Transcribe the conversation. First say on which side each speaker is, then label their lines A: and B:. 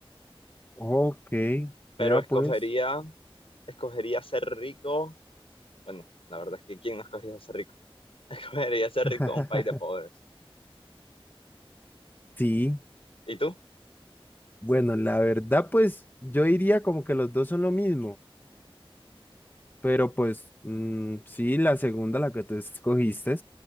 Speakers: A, on the left; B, on the left.
A: Ok,
B: pero
A: vea
B: escogería,
A: pues.
B: escogería ser rico, bueno, la verdad es que ¿quién no escogería ser rico? Debería ser
A: <laughs>
B: rico en un país de pobres.
A: Sí,
B: ¿Y tú?
A: bueno, la verdad pues yo diría como que los dos son lo mismo, pero pues mm, sí, la segunda, la que tú escogiste.